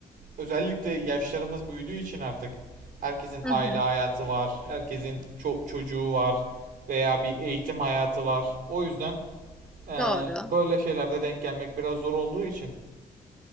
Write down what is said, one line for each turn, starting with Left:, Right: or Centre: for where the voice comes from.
Right: özellikle yaşlarımız büyüdüğü için artık herkesin
Centre: Hı
Right: aile
Centre: hı.
Right: hayatı var, herkesin ço- çocuğu var veya bir eğitim hayatı var. O yüzden ee,
Centre: Doğru.
Right: böyle şeylerde denk gelmek biraz zor olduğu için